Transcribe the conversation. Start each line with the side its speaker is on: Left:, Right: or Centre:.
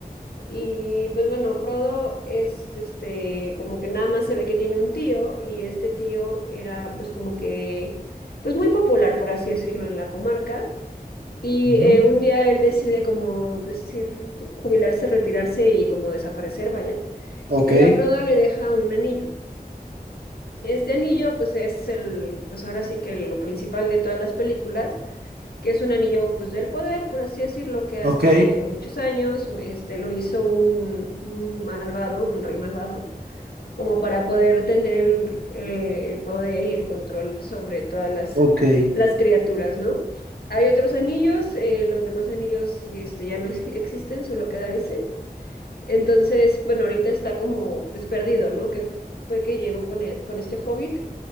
Left: Y pues bueno, Frodo es este, como que nada más se ve que tiene un tío y este tío era pues como que, pues muy popular, por así decirlo, en la comarca. Y
Right: ujú,
Left: eh, un día él decide como decir, jubilarse, retirarse y como desaparecer, vaya.
Right: Ok,
Left: Y a Frodo le deja un anillo. Este anillo pues es el, pues ahora sí que lo principal de todas las películas que es un anillo pues del poder, por así decirlo, que hace
Right: ok,
Left: muchos años este, lo hizo un, un malvado, un rey malvado, como para poder tener el, eh, el poder y el control sobre todas las,
Right: ok.
Left: las criaturas, ¿no? Hay otros anillos, eh, los demás anillos este, ya no ex- existen, solo queda ese. Entonces, bueno, ahorita está como pues perdido, ¿no? Que fue que llegó con, e- con este hobbit,